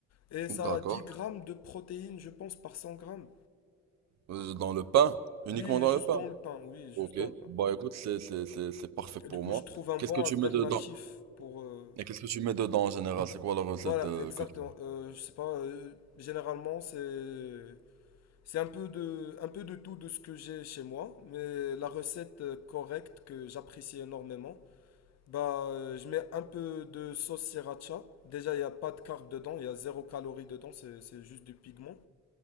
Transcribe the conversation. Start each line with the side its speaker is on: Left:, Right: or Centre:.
Left: Et ça
Right: d'accord.
Left: a 10 grammes de protéines, je pense, par 100 grammes.
Right: Euh, Dans le pain, uniquement
Left: Oui,
Right: dans
Left: juste
Right: le pain.
Left: dans le pain, oui, juste
Right: Ok,
Left: dans le pain.
Right: bah écoute, c'est c'est- c'est- c'est parfait pour
Left: Et du coup,
Right: moi.
Left: je trouve un
Right: Qu'est-ce
Left: bon
Right: que tu
Left: alternatif
Right: mets dedans?
Left: pour... euh,
Right: Et qu'est-ce que tu mets dedans en général? C'est quoi la recette
Left: Voilà,
Right: euh,
Left: exactement.
Right: que tu...
Left: Euh, je sais pas, euh, généralement, c'est... C'est un peu de, un peu de tout de ce que j'ai chez moi, mais la recette euh, correcte que j'apprécie énormément, Bah, euh, je mets un peu de sauce sriracha. Déjà, il n'y a pas de carbs dedans, il y a zéro calorie dedans, c'est c'est juste du pigment.